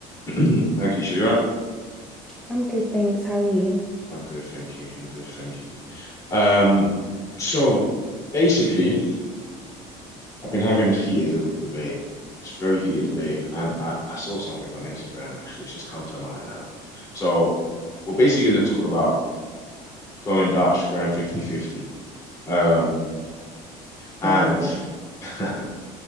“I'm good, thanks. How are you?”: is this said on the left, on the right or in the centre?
Centre